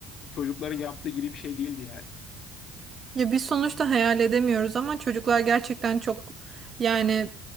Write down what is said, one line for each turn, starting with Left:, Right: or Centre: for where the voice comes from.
Left: çocukların yaptığı gibi bir şey değildi yani.
Right: Ya biz sonuçta hayal edemiyoruz ama çocuklar gerçekten çok yani